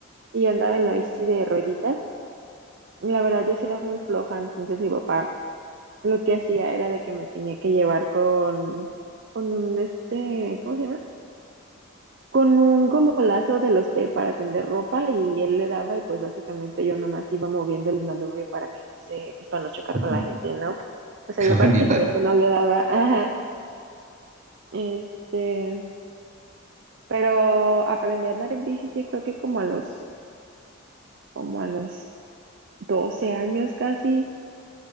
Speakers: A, on the right (about 55°); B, on the right (about 35°).
A: y yo andaba en la bici de rueditas. La verdad, yo sí era muy floja, entonces mi papá lo que hacía era de que me tenía que llevar con, con un de este, ¿cómo se llama? Con un como lazo de los de para tender ropa y él le daba y pues básicamente yo nomás iba moviendo el manubrio para que no se pues para no chocar
B: <laughs> Ujú.
A: con la gente, ¿no? O sea,
B: Qué
A: yo prácticamente
B: bonita.
A: no le daba, ajá, este, pero aprendí a andar en bici yo creo que como a los, como a los 12 años casi,